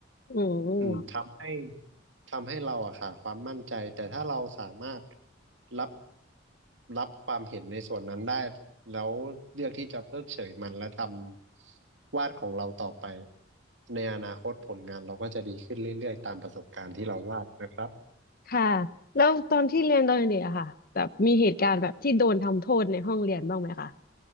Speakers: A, on the left; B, on the right.
A: โอ้
B: อืมทำให้ทำให้เราอะค่ะความมั่นใจแต่ถ้าเราสามารถรับรับความเห็นในส่วนนั้นได้แล้วเลือกที่จะเพิกเฉยมันและทำวาดของเราต่อไปในอนาคตผลงานเราก็จะดีขึ้นเรื่อยๆตามประสบการณ์ที่เราวาดนะครับ
A: ค่ะแล้วตอนที่เรียนตอนเด็กอะค่ะแบบมีเหตุการณ์แบบที่โดนทำโทษในห้องเรียนบ้างไหมคะ